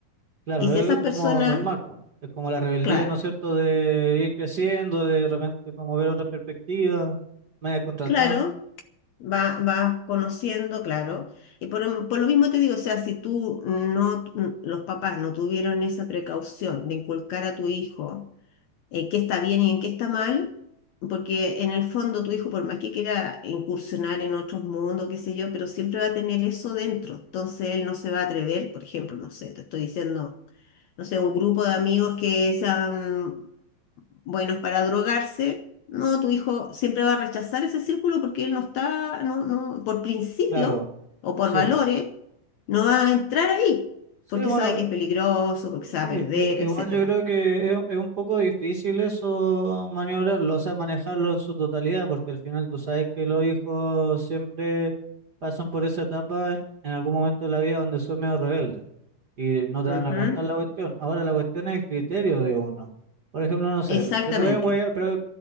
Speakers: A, on the right; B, on the left.
A: claro,
B: Y si esas
A: es como
B: personas,
A: normal, po. Es como la rebeldía,
B: claro,
A: ¿no es cierto?, de ir creciendo, de repente como ver otra perspectiva, media contratada,
B: claro, va- vas conociendo, claro. Y por, por lo mismo te digo, o sea, si tú no, los papás no tuvieron esa precaución de inculcar a tu hijo en qué está bien y en qué está mal, porque en el fondo tu hijo, por más que quiera incursionar en otros mundos, qué sé yo, pero siempre va a tener eso dentro. Entonces él no se va a atrever, por ejemplo, no sé, te estoy diciendo no sé, un grupo de amigos que sean buenos para drogarse, no, tu hijo siempre va a rechazar ese círculo porque él no está, no, no, por principio
A: claro,
B: o por
A: sí.
B: valores, no va a entrar ahí,
A: Sí,
B: porque
A: bueno,
B: sabe que es peligroso, porque
A: i-
B: se va a perder,
A: i-
B: etcétera
A: igual yo creo que es, es un poco difícil eso maniobrarlo, o sea, manejarlo en su totalidad, porque al final tú sabes que los hijos siempre pasan por esa etapa en algún momento de la vida donde son medio rebeldes y no te
B: Ujú,
A: van a contar la cuestión. Ahora la cuestión es el criterio de uno. Por ejemplo, no sé,
B: Exactamente.
A: te pueden huellar, pero